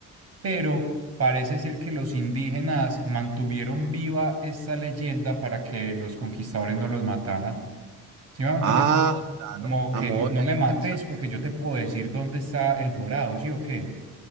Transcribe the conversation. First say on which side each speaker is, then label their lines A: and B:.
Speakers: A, on the right; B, on the right.
A: pero parece ser que los indígenas mantuvieron viva esta leyenda para que los conquistadores no los mataran. ¿Sí me van a entender?
B: Ah, claro,
A: Como
B: a
A: que
B: modo
A: no, no
B: de
A: me
B: defensa.
A: mates porque yo te puedo decir dónde está el dorado, ¿sí o qué?